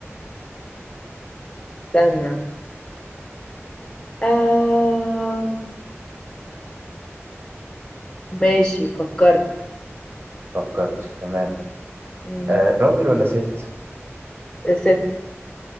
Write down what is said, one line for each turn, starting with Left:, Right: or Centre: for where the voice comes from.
Left: استنى آه... ماشي فكرت
Right: فكرت تمام
Left: م.
Right: آه راجل ولا ست
Left: ست